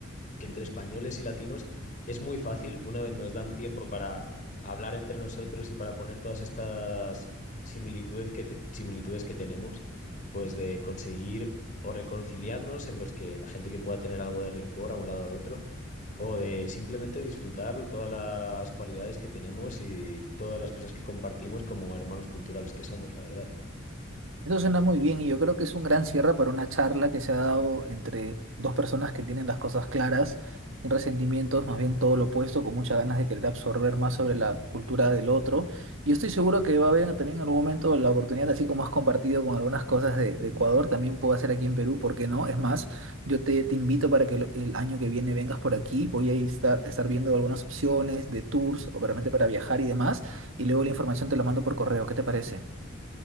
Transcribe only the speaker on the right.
Eso suena muy bien y yo creo que es un gran cierre para una charla que se ha dado entre dos personas que tienen las cosas claras, sin resentimientos, más bien todo lo opuesto, con muchas ganas de querer absorber más sobre la cultura del otro. Y estoy seguro que va a haber también en algún momento la oportunidad, así como has compartido con algunas cosas de, de Ecuador, también puedo hacer aquí en Perú, ¿por qué no? Es más, yo te, te invito para que el, el año que viene vengas por aquí, voy a estar, estar viendo algunas opciones de tours, o realmente para viajar y demás, y luego la información te la mando por correo, ¿qué te parece?